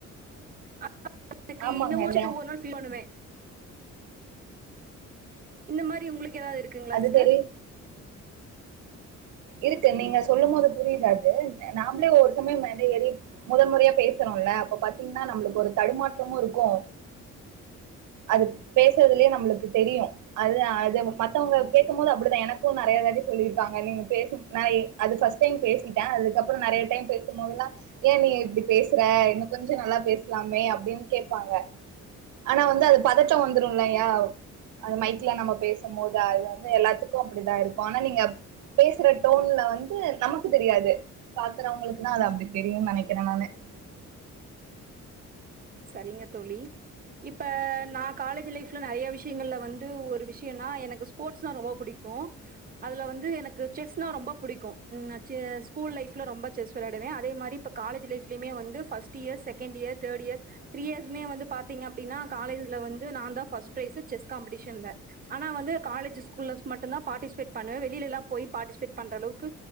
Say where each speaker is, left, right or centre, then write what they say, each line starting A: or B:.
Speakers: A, on the right; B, on the right.
A: அப் எனக்கு
B: ஆமாங்க
A: இன்னு முச்சுட்டு
B: இல்ல
A: ஒரு நாள் ஃபீல் பண்ணுவே இந்த மாரி உங்களுக் ஏதாவது இருக்குங்களா
B: அது
A: சிஸ்டர்
B: தெரியு இருக்கு நீங்க சொல்லும் போது புரியுது அது நாமளே ஒரு சமயம் மேல ஏறி முதல் முறையா பேசுறோம்ல அப்ப பாத்தீங்கன்னா நம்மளுக்கு ஒரு தடுமாற்றமு இருக்கு அது பேசுறதுலயே நம்மளுக்கு தெரியு அது அது மத்தவங்க கேக்கும் போது அப்படிதா எனக்கும் நெறையதாட்டி சொல்லிருக்காங்க நீங் பேசும் நா அது ஃபர்ஸ்ட் டைம் பேசிட்டே அதுக்கப்புறோ நெறைய டைம் பேசும்போதெல்லா ஏன் நீ இப்டி பேசுற இன்னு கொஞ்ச நல்லா பேசலாமே அப்டின்னு கேப்பாங்க ஆனா வந்து அது பதட்டம் வந்துரும்லயா அது மைக்ல நம்ம பேசும்போது அது வந்து எல்லாத்துக்கும் அப்படிதா இருக்கும் ஆனா நீங்க பேசுற டோன்ல வந்து நமக்கு தெரியாது பாக்குறவங்களுக்குதா அது அப்டி தெரியும்னு நெனைக்கிறே நானு
A: சரிங்க தோழி இப்ப நா காலேஜ் லைஃப்ல நெறைய விஷயங்கள்ல வந்து ஒரு விஷயம்னா எனக்கு ஸ்போர்ட்ஸ்னா ரொம்ப புடிக்கு அதுல வந்து எனக்கு செஸ்னா ரொம்ப புடிக்கு நா செ ஸ்கூல் லைஃப்ல ரொம்ப செஸ் வெளையாடுவே அதே மாரி இப்ப காலேஜ் லைஃப்லயுமே வந்து first year second year third year three இயர்ஸ்மே வந்து பாத்தீங்க அப்டினா காலேஜ்ல வந்து நான்தா ஃபர்ஸ்ட் பிரைஸ் செஸ் காம்பெடிஷன்ல ஆனா வந்து காலேஜ் ஸ்கூல்லஸ் மட்டும்தா பாட்டிஸ்பேட் பண்ண வெளில போய் பாட்டிஸ்பேட் பண்ற அளவுக்கு